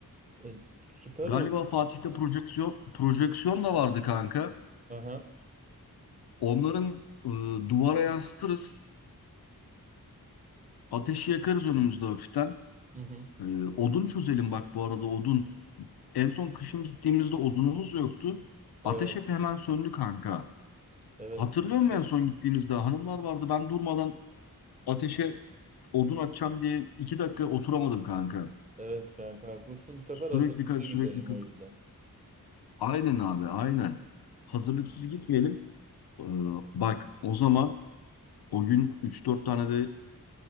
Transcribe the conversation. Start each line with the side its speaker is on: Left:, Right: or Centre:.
Right: E, süper
Left: Galiba
Right: oldu.
Left: Fatih'te projeksiyon projeksiyon da vardı kanka.
Right: Aha.
Left: Onların e, duvara yansıtırız. Ateşi yakarız önümüzde hafiften.
Right: Hı hı.
Left: E, odun çözelim bak bu arada odun. En son kışın gittiğimizde odunumuz yoktu. Ateş
Right: Evet.
Left: hep hemen söndü kanka.
Right: Evet.
Left: Hatırlıyor
Right: İyi
Left: musun en son gittiğimizde hanımlar vardı ben durmadan Ateşe odun atacağım diye iki dakika oturamadım kanka.
Right: Evet kanka haklısın. Bu sefer
Left: Sürekli
Right: hazırlıklı
Left: kalk
Right: gidelim
Left: sürekli kalk.
Right: o yüzden.
Left: Aynen abi aynen. Hazırlıksız gitmeyelim. Ee, bak o zaman o gün üç dört tane de